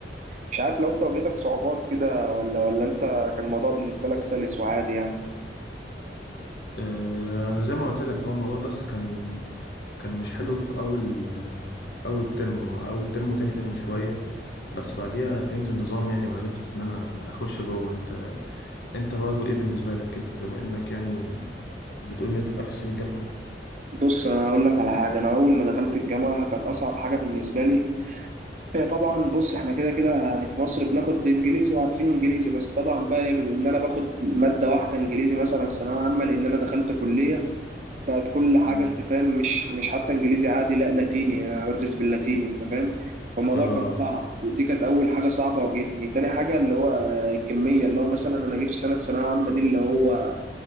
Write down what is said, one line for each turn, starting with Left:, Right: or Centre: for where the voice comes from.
Right: مش عارف لو انت واجهتك صعوبات كده ولا ولا انت كان الموضوع بالنسبة لك سلس وعادي يعني
Left: اه انا زي ما قلت لك هو الموضوع بس كان كان مش حلو في أول أول ترم أول ترم وتاني ترم شوية بس بعديها فهمت النظام يعني وعرفت إن أنا أخش جوه أنت أنت برضه إيه بالنسبة لك كده بما إنك يعني بتقول إن أنت في آخر سنة الجامعة
Right: بص انا اقول لك على حاجة انا اول ما دخلت الجامعة كانت اصعب حاجة بالنسبة لي هي طبعا بص احنا كده كده يعني في مصر بناخد انجليزي وعارفين انجليزي بس طبعا بقى من ان انا باخد ماده واحده انجليزي مثلا في ثانويه عامه لان انا دخلت كليه بقت كل حاجه
Left: مم.
Right: انت فاهم مش مش حتى انجليزي عادي لا لاتيني انا بدرس باللاتيني انت فاهم فالموضوع
Left: آه
Right: كان صعب دي دي كانت اول حاجه صعبه واجهتني تاني حاجه اللي هو الكميه اللي هو مثلا انا جيت في سنه ثانويه عامه دي اللي هو